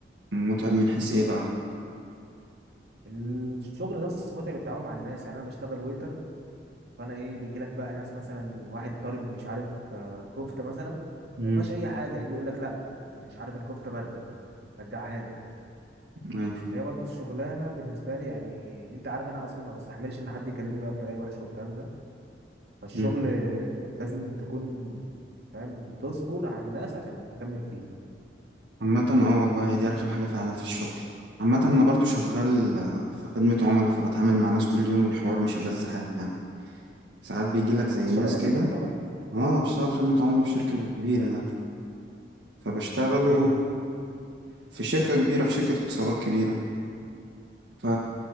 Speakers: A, on the right; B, on the right.
A: متعب من حيث ايه بقى
B: الشغل نفسه متعب التعامل مع الناس يعني انا بشتغل ويتر فانا ايه بيجي لك بقى ناس مثلا واحد طالب مش عارف آه، كفته مثلا
A: امم
B: وما فيهاش اي حاجه يجي يقول لك لا مش عارف الكفته بارده رجعها لي
A: ايوه
B: هي برضو الشغلانه بالنسبه لي يعني انت عارف انا اصلا ما بستحملش ان حد يكلمني بقى بطريقه وحشه والكلام ده فالشغل
A: امم
B: لازم تكون فاهم بتصبر على الناس عشان تكمل فيه
A: عامه اه والله هي دي ارخم حاجه فعلا في الشغل عامه انا برضو شغال آه، في خدمه عملاء فبتعامل مع ناس كل يوم والحوار مش ألذ حاجه يعني ساعات بيجي لك زي
B: انت
A: ناس
B: شغال اصلا
A: كده
B: خدمه عملاء
A: اه بشتغل خدمه عملاء في شركه كبيره يعني فبشتغل
B: ده فين ده
A: في شركة كبيرة في شركة اتصالات كبيرة ف-